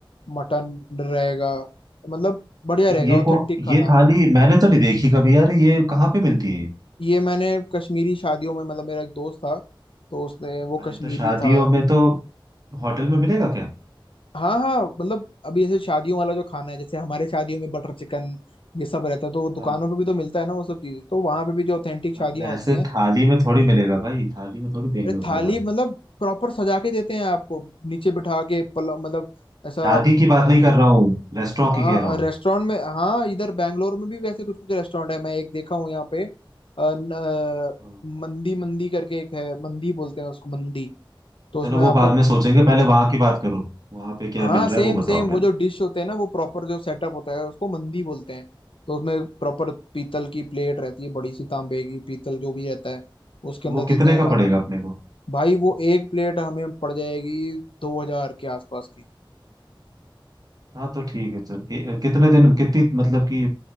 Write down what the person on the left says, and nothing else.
मटन रहेगा मतलब बढ़िया
रहेगा
ऑथेंटिक
खाना
ये मैंने कश्मीरी शादियों में मतलब मेरा एक दोस्त था तो उसने वो
कश्मीरी
था
हाँ हाँ मतलब अभी ऐसे शादियों वाला जो खाना है जैसे हमारे शादियों में बटर चिकन ये सब रहता है तो वो दुकानों
पे भी तो मिलता है ना वो सब चीज़ तो वहां पे भी जो ऑथेंटिक
शादियां
होती हैं
अरे
थाली
मतलब प्रॉपर सजा के देते हैं आपको नीचे बिठा के पल मतलब ऐसा
हाँ
और
रेस्टोरेंट में हाँ इधर बैंगलोर में भी वैसे कुछ कुछ रेस्टोरेंट है मैं एक देखा हूँ यहाँ पे अ, न, अ,
मंदी मंदी करके एक है मंदी बोलते हैं उसको मंदी तो उसमें
आपको
हाँ
सेम
सेम
वो
जो डिश होते हैं ना वो प्रॉपर जो सेटअप होता है उसको मंदी बोलते हैं तो उसमें प्रॉपर पीतल की प्लेट रहती है बड़ी सी तांबे की पीतल जो भी रहता है उसके
अंदर
देते
हैं
खाना
भाई वो एक प्लेट हमें पड़ जाएगी दो हजार के आसपास की